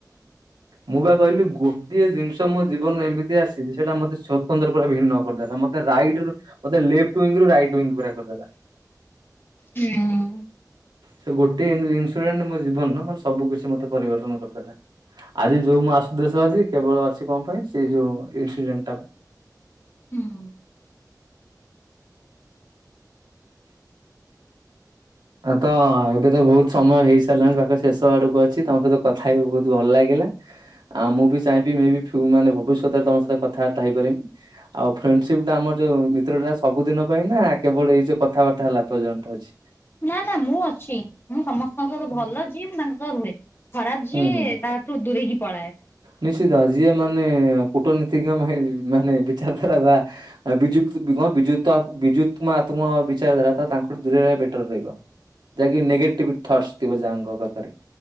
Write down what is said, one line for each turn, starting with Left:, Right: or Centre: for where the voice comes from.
Right: ମୁଁ ବା କହିଲି ଗୋଟିଏ ଜିନିଷ ମୋ ଜୀବନରେ ଏମିତି ଆସିଛି, ସେଇଟା ମତେ ସତନ୍ତ୍ର ଭିନ୍ନ କରିଦେଲା, ମତେ ରାଇଟ ରୁ ମୋତେ ଲେଫ୍ଟ ୱିଙ୍ଗ ରୁ ରାଇଟ୍ ୱିଙ୍ଗ୍ ପୁରା କରିଦେଲା।
Left: ହୁଁ
Right: ସେ ଗୋଟେ ଇନ୍ସଡେଣ୍ଟ ମୋ ଜୀବନ ମାନେ ସବୁ କିଛି ମୋତେ ପରିବର୍ତ୍ତନ କରିଦେଲା। ଆଜି ଯୋଉ ମୁଁ ଆସୁଦଶ ଅଛି କେବଳ ଅଛି କଣ ପାଇଁ, ସେ ଯୋଉ ଇନଡେଣ୍ଟ ଟା ପାଇଁ।
Left: ହୁଁ ଉଁ
Right: ଆ ତ ଏବେ ତ ବହୁତ ସମୟ ହେଇ ସାରିଲାଣି ପାଖ ଶେଷ ଆଡକୁ ଅଛି, ତମ ସହିତ କଥା ହେଇି ବହୁତ ଭଲ ଲାଗିଲା। ଆଉ ମୁଁ ବି ଚାହିଁବି ମାନେ ଭବିଷ୍ୟତରେ ତମ ସହିତ କଥାବାର୍ତ୍ତା ହେଇପାରମି। ଆଉ ଫ୍ରେଣ୍ଡସିପ ଟା ଆମର ଯୋଉ ମିତ୍ରଟା ସବୁଦିନ ପାଇଁ ନା କେବଳ ଏଇ ଯୋଉ କଥାବାର୍ତ୍ତା ହେଲା ପର୍ଯ୍ୟନ୍ତ ଅଛି।
Left: ନା ନା ମୁଁ ଅଛି ମୁଁ ସମସ୍ତଙ୍କ ସହିତ
Right: ହୁଁ।
Left: ଭଲ ଯିଏ ମୁଁ ତାଙ୍କ ସହ ରୁହେ। ଖରାପ ଯିଏ,
Right: ହୁଁ ହୁଁ
Left: ତା ଠୁ ଦୂରେଇ କି ପଳାଏ।
Right: ନିଶ୍ଚିତ ଯିଏ ମାନେ କୂଟନୀତିଜ୍ଞ ମା ମାନେ ବିଚାରଧାରା ବା ବିଯୁକ୍ତୁବିମ ବିୁଯୁକ୍ତ ବିଯୁମ୍ତାତ୍ମକ ବିଚାରଧାରା ତ ତାଙ୍କଠୁ ଦୂରେଇ ରହିବା ବେଟର ରହିବ। ଯାହାକି ନେଗେଟିଭ ଥଟସ ଥିବ ଯାହାଙ୍କ ପାଖରେ।